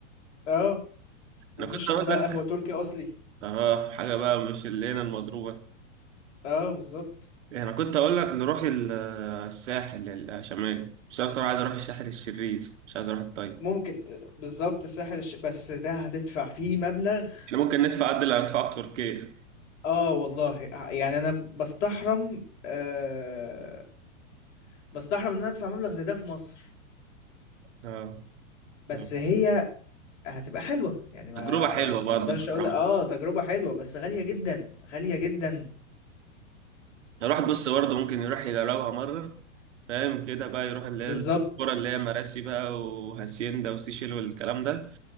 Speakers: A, on the left; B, on the right.
A: اه ونشرب
B: أنا كنت أقول
A: بقى
B: لك
A: قهوة تركي اصلي
B: آه حاجة بقى مش اللي هنا المضروبة
A: اه بالظبط
B: يعني كنت اقول لك نروح ال- الساحل الشمالي بس انا الصراحه عايز اروح الساحل الشرير مش عايز اروح الطيب
A: ممكن آه، بالظبط الساحل الش... بس ده هتدفع فيه مبلغ
B: احنا ممكن ندفع قد اللي هندفعه في تركيا
A: اه والله آه، يعني انا بستحرم آه بستحرم ان انا ادفع مبلغ زي ده في مصر
B: اه
A: بس
B: نعم.
A: هي هتبقى حلوة يعني ما
B: تجربه حلوه
A: ما
B: برضه
A: اقدرش
B: الصراحه
A: اقول اه
B: يعني
A: تجربة حلوة بس غالية جدا غالية جدا
B: الواحد بص برضه ممكن يروح يجربها مره فاهم كده بقى يروح اللي
A: بالظبط
B: هي الكرة اللي هي مراسي بقى وهاسيندا وسيشيل والكلام ده